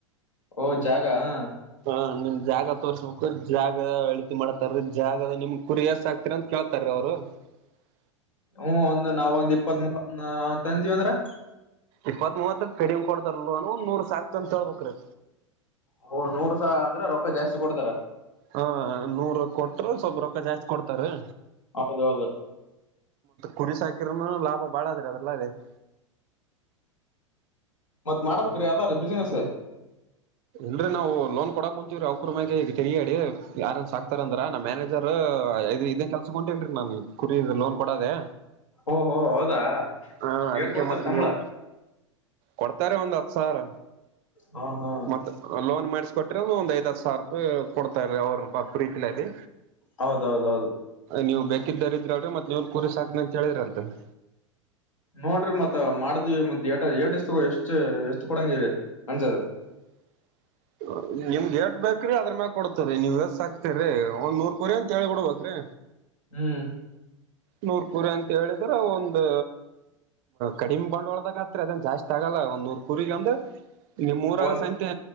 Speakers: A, on the left (about 80°); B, on the right (about 45°).
A: ಓ ಜಾಗ ಹಾ.
B: ಹ ನಿಮ್ ಜಾಗ ತೋರ್ಸ್ಬೇಕು ಜಾಗ ಅಳತಿ ಮಾಡತಾರೀ ಜಾಗದ ನಿಮ್ ಕುರಿ ಎಷ್ಟ ಆಕ್ತರಿ ಅಂತ ಕೇಳ್ತಾರೀ ಅವರು. ಹ <unintelligible>
A: ಹ್ಮ ಒಂದ ನಾವು ಒಂದ್ ಇಪ್ಪತ್ತ್ ಮೂವತ್ ಅಂತಂದ್ವಿ ಅಂದ್ರೆ.
B: ಇಪ್ಪತ್ ಮೂವತ್ತ ಕಡಿಮ್ ಕೊಡ್ತಾರಲ್ವ ಒಂದ್ ನೂರ್ ಸಾಕ್ತೀವಿ ಅಂತ ಹೇಳ್ಬೇಕ್ರಿ.
A: ಹ, ನೂರು ಸ ಅಂದ್ರೆ ರೊಕ್ಕಾಜಾಸ್ತಿ ಕೊಡ್ತಾರ.
B: ಹಾ, ನೂರ್ ಕೊಟ್ರ ಸ್ವಲ್ಪ ರೊಕ್ಕ ಜಾಸ್ತಿ ಕೊಡ್ತಾರಿ.
A: ಹೌದೌದು.
B: ಕುರಿ ಲಾಭ ಬಾಳದ್ರ ಅದಲ್ಲ ಅದೆ <unintelligible>
A: ಮತ್ ಮಾಡ್ಬೇಕ್ರೀ ಯಾವ್ದಾರೀ ಬಿಸ್ನೆಸ್.
B: ಇಲ್ರಿ ನಾವು ಲೋನ್ ಕೊಡಕ್ ಕುಂತೀ್ರೀ ಅ ಅವಕ್ರ್ರುಮ್ಯಾಗ ತಿರಿಗಾಡಿ. ಯಾರ ಸಾಕ್ತಾರ ಅಂದ್ರ ನಮ್ಮ ಮ್ಯಾನೇಜ ದು ಇದೇ ಕೆಲ್ಸಕೊಂಟೇನ್ರಿ ನಾ ಕುರಿ ಲೋನ್ ಕೊಡದೆೇ.
A: ಓಹೋ ಹೌದಾ
B: ಹಾ ಅದಕ್ಕೆ
A: ಏಟ್ ಕೊಡ್ತಾರ
B: ಮತ್ತೆ
A: ಸಂಬಳ
B: ನೀವು ಕೊಡ್ <unintelligible> <unintelligible> ರೆ ಒಂದು ಹತ್ತು ಸಾವಿರ.
A: ಹ ಹಾ
B: ಮತ್ತ ಲೋನ್ ಮಾಡಿಸಕೊಟ್ರೆ, ಒಂದ ಒಂದ್ ಐದ ಹತ್ತು ಸಾವಿ ರೂಪಾಯಿ ಕೊಡ್ತಾರೀ ಅವ್ರ ಪ ಪ್ರೀತಿಲಿದಿ.
A: ಹೌದೌ, ದೌದು
B: ನೀವು ಬೇಕಿದ್ದಾರಿ ಕೇಲ್ರೀ ಮತ್ತ ನೀವನ್ ಕುರಿ ಸಾಕತಿನಿ ಹೇಳಿದ್ರಲ್ಂತ. -
A: ನೋಡ್ರಿ ಮತ್ ಮಾಡ್ದವಿ ಮತ್ ಏಟ ಏಷ್ಟತ್ ಎಷ್ಟ ಎಷ್ಟ ಕೊಡಂಗೀರಿ ಅಂಜದ.
B: <unintelligible> ನಿಮ್ಗ ಎಷ್ಟು ಬೇಕು ಅದರ ಮ್ಯಾಲ ಕೊಡ್ತೀವಿ. ನೀವೆಷ್ಟಸಾಕ್ತಿರಿ ಒಂದು ಕುರಿ ಅಂತ ಹೇಳಿಬಿಡಬೇಕ್ರಿ.
A: ಹ್ಮ್,
B: ನೂರ್ ಕುರಿ ಅಂತ ಹೇಳಿದ್ರೆ ಒಂದು ಕಡಿಮೆ ಬಂಡ್ವಾಳದಾಗ ಆತ್ರಿ ಅದನ್ ಜಾಸ್ತಿ ಆಗಲ್ಲ. ಒಂದ್ ನೂರ್ ಕುರಿಗ ಅಂದ್ರೆ ನಿಮ್ಮೂರಾಗ
A: ಒಂದ್
B: ಸಂತಿ ಯ